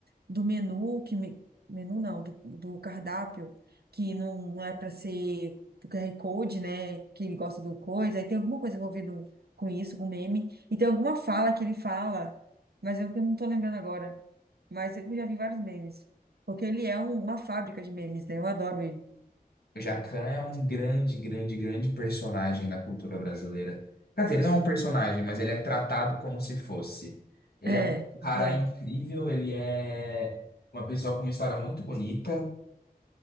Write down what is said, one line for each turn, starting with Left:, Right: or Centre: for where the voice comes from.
Right: do menu, que me- menu não, do, do cardápio, que não, não é para ser do QR Code, né? Que ele gosta do coisa, aí tem alguma coisa envolvida com isso, com meme, e tem alguma fala que ele fala, mas eu que não tô lembrando agora. Mas eu já vi vários memes, porque ele é um- uma fábrica de memes, né? Eu adoro ele.
Left: O Jacquin é um grande, grande, grande personagem na cultura brasileira. Quer dizer, ele
Right: Sim.
Left: não é um personagem, mas ele é tratado como se fosse. Ele é um
Right: É,
Left: cara
Right: é.
Left: incrível, ele é uma pessoa com uma história muito bonita.